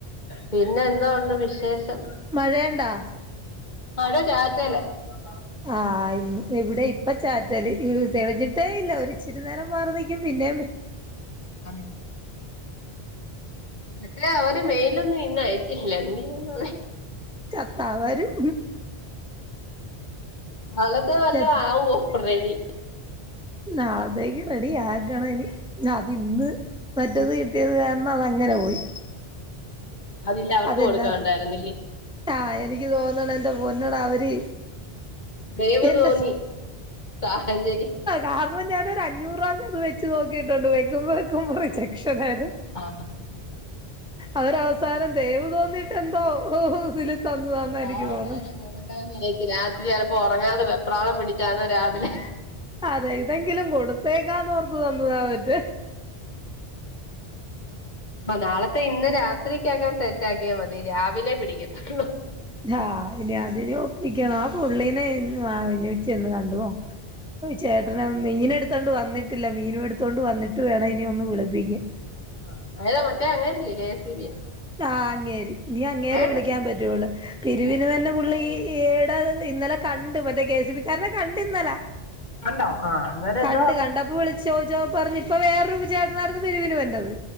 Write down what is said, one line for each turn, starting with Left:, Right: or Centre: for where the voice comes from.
Left: പിന്നെ എന്ത് ഉണ്ട് വിശേഷം?
Centre: മഴാണ്ടാ?
Left: മഴ ചാറ്റല്. <inaudible>
Centre: ആഹ് ഇന്ന് ഇവിടെ ഇപ്പ ചാറ്റല്- തെളഞ്ഞിട്ടേ ഇല്ല. ഒരുച്ചിരി നേരം മാറി നിക്കും പിന്നെ-
Left: ആഹ. മറ്റേ അവര് വെയിലൊന്നും ഇന്ന് അയിട്ടില്ലാ എന്ത് ചെയ്യ.
Centre: ചത്താ വരും
Left: <unintelligible> വല്ല
Centre: ച
Left: ആവോ? റെഡി
Centre: നാളത്തേക്ക് റെഡി ആകണം ഇനി അതി ഇന്ന് മറ്റെത് കിട്ടിയത് കാരണം അത് അങ്ങനെ പോയി
Left: അതില്ല അവർക്ക്
Centre: അതെന്നാ
Left: കൊടുക്കാൻണ്ടായിരുന്നില്ലേ?
Centre: ആഹ് എനിക്ക് തോന്ന്ണ് എന്റെ പൊന്നട അവര് <unintelligible>
Left: ദയവ് തോന്നി സാഹചര്യം
Centre: കാരണം ഞാനൊരു അഞ്ഞൂറാന്റെ ത് വെച്ച് നോക്കിയിട്ടുണ്ട് വെക്കുമ്പോയ്ക്കും റിജെക്ഷനായിര്
Left: <unintelligible>
Centre: അവരവസാനം ദയവ് തോന്നിയിട്ടെന്തോ ഓ തിൽ തന്നാതാന്ന
Left: ഓ പാവത്താന്
Centre: എനിക്ക് തോന്ന്
Left: രാത്രി ചിലപ്പോ ഉറങ്ങാതെ വെപ്രാളം പിടിച്ചാന്നോ രാവിലെ
Centre: അതെ ഇതെങ്കിലും കൊടുത്തേക്കാന്ന് ഓർത്ത് തന്നതാ മറ്റേ
Left: അപ്പെ നാളത്തെ ഇന്ന് രാത്രിക്കകം സെറ്റക്കിയാൽ മതി രാവിലെ പിടിക്ക
Centre: ഹാ ഇനി അതിനെ ഒപ്പിക്കണം ആഹ് പുള്ളീനെ ചെന്ന് കണ്ടുനോ ചേ കരാണം മീൻ എടുത്തുകോണ്ട് വന്നിട്ടില്ല മീനും എടുത്തുകൊണ്ട് വന്നിട്ട് വേണം ഇനി ഒന്ന് വിളിപ്പിക്കൻ
Left: <unintelligible> മറ്റേ അങ്ങേര്ല്ലേ കെ സി ബി
Centre: ആഹ് കേറി. ഇനി അങ്ങേരെ
Left: ഏത്
Centre: വിളിക്കാൻ പറ്റുവുള്ളു പിരിവിന്
Left: ഇയാള്
Centre: വരണ
Left: വിളിച്ചാലും
Centre: പുള്ളി
Left: എടുക്കത്തില്ലേ
Centre: ഈടെ ഇന്നലെ കണ്ട് മറ്റെ കെ സി ബി കാരെനെ കണ്ട് ഇന്നലെ
Left: ഉണ്ടോ ആഹ് അന്നേരം
Centre: കണ്ട്
Left: എന്തോ പറഞ്ഞു
Centre: കണ്ടെപ്പോൾ വിളി ചോയ്ചപ്പോ പറഞ്ഞു ഇപ്പൊ വേറൊരു ചെട്ടാനയിര്ന്നു പിരിവിന് വരുന്നത്